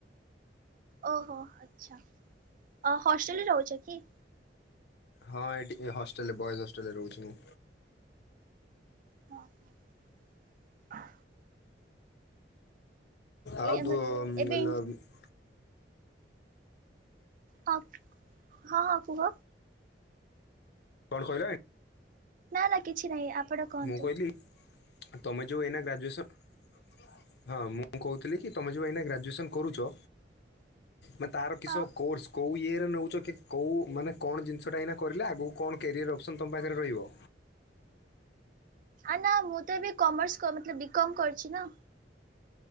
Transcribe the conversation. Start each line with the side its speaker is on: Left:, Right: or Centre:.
Right: ଓହୋ ଆଚ୍ଛା ହଷ୍ଟେଲରେ ରହୁଛ କି?
Left: ହଁ ଏଠି ହଷ୍ଟେଲରେ ବଏଜ ହଷ୍ଟେଲରେ ରହୁଛି।
Right: ହଁ ହ।
Left: ଆଉ
Right: ଏ
Left: ଦୁ
Right: ମତଲବ
Left: <unintelligible>
Right: ଏବେ ହ ହଁ ହଁ କୁହ।
Left: କଣ କହିଲ?
Right: ନା ନା କିଛି ନାହିଁ ଆପଣ କୁହନ୍ତୁ।
Left: ମୁଁ କହିଲି ତମେ ଯଉ ଏନା ଗ୍ରାଜ୍ୟୁଏସନ ହଁ ମୁଁ କହୁଥିଲି କି ତମେ ଯୋଉ ଏଇନା ଗ୍ରାଜୁଏସନ କରୁଛ ମାନେ ତାର କି
Right: ହଁ
Left: ସ କୋର୍ସ କୋଉ ଇଏରେ ନେଉଛ କି କୋଉ ମାନେ କଣ ଜିନିଷ ଟା ଏଇନା କରିଲେ ଆଗକୁ କଣ କ୍ୟାରିୟର ଅପସନ୍ ତମ ପାଖରେ ରହିବ?
Right: ଆ ନା ମୁଁ ତ ଏବେ କମର୍ସ ମ ବି କମ୍ କରିଛି ନା।